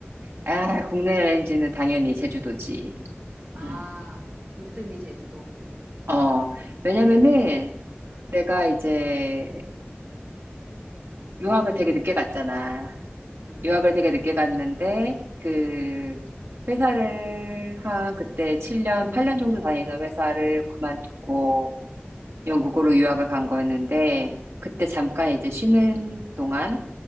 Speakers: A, on the right; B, on the right.
A: 아, 국내 여행지는 당연히 제주도지.
B: 아,
A: 음.
B: 으뜸이 제주도.
A: 어, 왜냐면은
B: 왜 왜? 아.
A: 내가 이제 유학을 되게 늦게 갔잖아.
B: 음.
A: 유학을 되게 늦게 갔는데 그 회사를 한 그때 7년, 8년 정도 다니던 회사를 그만두고
B: 음.
A: 영국으로 유학을 간 거였는데 그때 잠깐 이제 쉬는 동안